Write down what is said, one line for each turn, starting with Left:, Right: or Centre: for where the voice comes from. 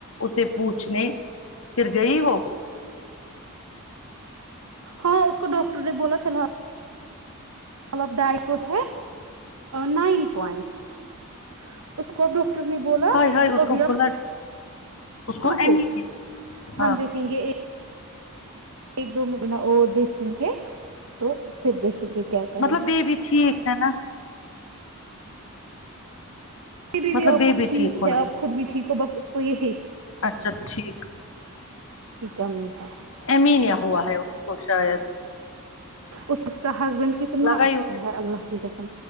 Left: اسے پوچھنے پھر گئی ہو
Right: ہاں اس کو ڈاکٹر نے بولا فی الحال مطلب ڈائی کو ہے نائن پوئنٹ س اس کو اب ڈاکٹر نے بولا
Left: ہائے ہائے اس
Right: ابھی
Left: کو
Right: اپ
Left: بلڈ اس کو
Right: رکو
Left: ایم ای ہے
Right: ہم
Left: ہاں
Right: دیکھیں گے ایک ایک دو منٹ اور دیکھیں گے تو پھر دیکھیں گے کیا کریں
Left: مطلب
Right: گے
Left: بیبی ٹھیک ہے نا
Right: پھر
Left: مطلب
Right: بھی آپ کو
Left: بیبی
Right: ٹھیک
Left: ہونا
Right: ہے
Left: چاہیے
Right: آپ خود بھی ٹھیک ہو بس اس کو یہ ہے
Left: اچھا ٹھیک
Right: کی کمی ہے
Left: ایمی نیا ہوا ہے اسکو شاید
Right: اس اس کا ہسبینڈ کتنا
Left: لگا ہی
Right: اچھا ہے اللہ کی قسم